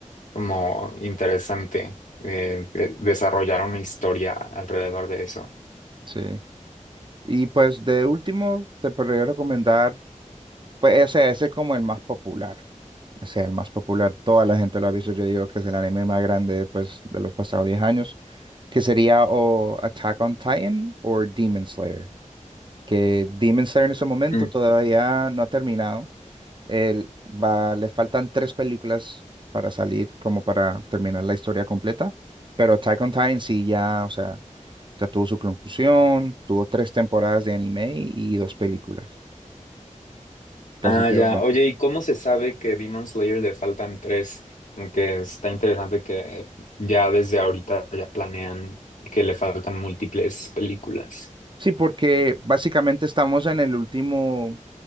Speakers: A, on the left; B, on the right.
A: como interesante eh, eh, desarrollar una historia alrededor de eso.
B: Sí. Y pues de último te podría recomendar, pues ese, ese es como el más popular. O sea, el más popular, toda la gente lo ha visto, yo digo que es el anime más grande pues, de los pasados 10 años, que sería o Attack on Titan o Demon Slayer, que Demon Slayer en ese momento
A: Mm.
B: todavía no ha terminado El, va, le faltan tres películas para salir, como para terminar la historia completa. Pero Attack on Titan sí ya, o sea, ya tuvo su conclusión, tuvo tres temporadas de anime y dos películas. Entonces
A: Ah,
B: yo,
A: ya. Oye, ¿y cómo se sabe que Demon Slayer le faltan tres? Como Que está interesante que ya desde ahorita ya planean que le faltan múltiples películas.
B: sí, porque básicamente estamos en el último,